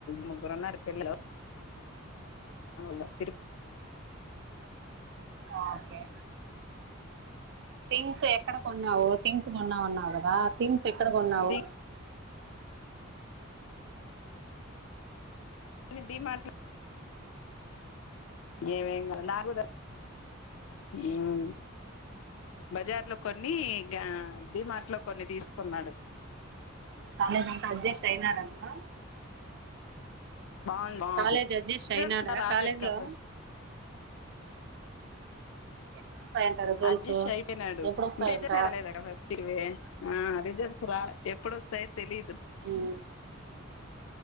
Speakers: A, on the left (about 70°); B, on the right (about 55°).
A: ముగ్గురు ఉన్నారు పిల్లలు లో తిరుప
B: ఒకే థింగ్స్ ఎక్కడ కొన్నావు థింగ్స్ కొన్నావున్నావు కదా థింగ్స్ ఎక్కడ కొన్నావు
A: తిరుపతి డి మార్ట్ లో ఏమేం కాదు నాకు తెల ఇమ్ బజార్ లో కొన్ని ఇక డిమార్ట్ లో కొన్ని తీసుకున్నాడు
B: కాలేజ్ అంతా అడ్జెస్ట్ అయినాడు అంటనా
A: బాగుంది బాగుంది
B: కాలేజ్ అడ్జస్ట్
A: రిజల్ట్స్
B: అయినాడా
A: రాలేదు
B: కాలేజ్
A: ఇంకా
B: లో
A: ఫస్ట్
B: ఎప్పుడొస్తాయంట రిజల్ట్స్
A: అడ్జస్ట్ అయిపోయినాడు
B: ఎప్పుడొస్తాయంట
A: టీజర్ అలా ఫస్ట్ ఆ రిజల్ట్స్ రాలా ఎప్పుడు వస్తాయే తెలిదు
B: ఉమ్